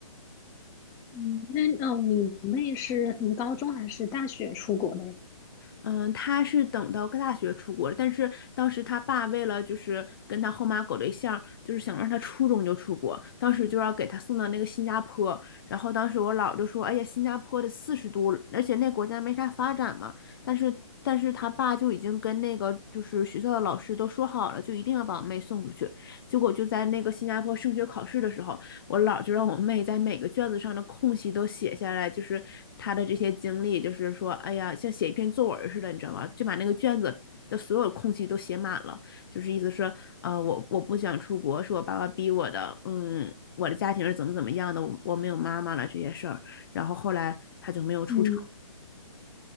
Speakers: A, on the left; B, on the left.
A: 嗯，那哦，你妹是从高中还是大学出国的呀？
B: 嗯，他是等到大学出国，但是当时他爸为了就是跟他后妈搞对象，就是想让他初中就出国，当时就要给他送到那个新加坡。然后当时我姥就说：“哎呀，新加坡的四十度，而且那国家没啥发展嘛。”但是但是他爸就已经跟那个就是学校的老师都说好了，就一定要把我妹送出去。结果就在那个新加坡升学考试的时候，我姥就让我妹在每个卷子上的空隙都写下来，就是她的这些经历，就是说，哎呀，像写一篇作文似的，你知道吧？就把那个卷子的所有空隙都写满了，就是意思是，呃，我我不想出国，是我爸爸逼我的，嗯，我的家庭是怎么怎么样的，我我没有妈妈了这些事儿，然后后来她就没有出场。
A: 嗯